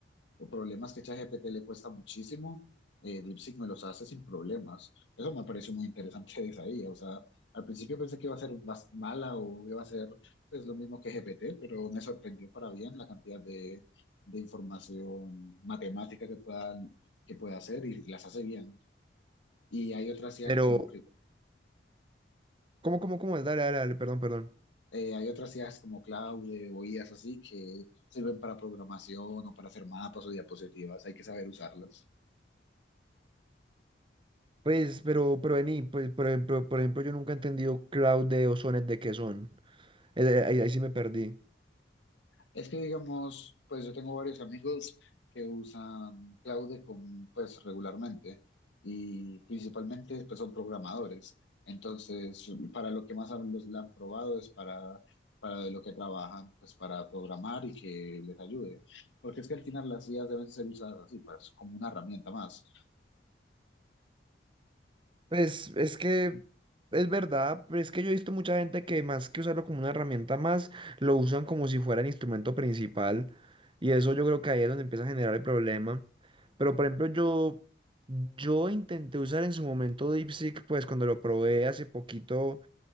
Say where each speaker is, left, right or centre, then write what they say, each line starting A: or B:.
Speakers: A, on the left (about 80°); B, on the right (about 25°).
A: o problemas que ChatGPT le cuesta muchísimo, eh, DeepSeek me los hace sin problemas. Eso me pareció muy interesante de esa IA. O sea, al principio pensé que iba a ser más mala o iba a ser pues lo mismo que GPT, pero me sorprendió para bien la cantidad de, de información matemática que puedan que puede hacer y las hace bien. Y hay otras IAs
B: Pero,
A: como que-
B: ¿cómo, cómo, cómo? es? Dale, dale, dale, perdón, perdón.
A: eh, hay otras IAs como Claude o IAs así que sirven para programación o para hacer mapas o diapositivas. Hay que saber usarlas.
B: Pues, pero, pero, vení, pues, por ejemplo, por ejemplo, yo nunca he entendido cloud de ozones de qué son. Eh, eh, Ahí, ahí sí me perdí.
A: Es que digamos, pues yo tengo varios amigos que usan Cloud con, pues regularmente y principalmente pues son programadores. Entonces, para lo que más han- los, la han probado es para, para de lo que trabajan, pues para programar y que les ayude. Porque es que al final las IAs deben ser usadas así, pues, como una herramienta más.
B: Pues es que es verdad, pero es que yo he visto mucha gente que más que usarlo como una herramienta más, lo usan como si fuera el instrumento principal y eso yo creo que ahí es donde empieza a generar el problema. Pero por ejemplo yo, yo intenté usar en su momento DeepSeek, pues cuando lo probé hace poquito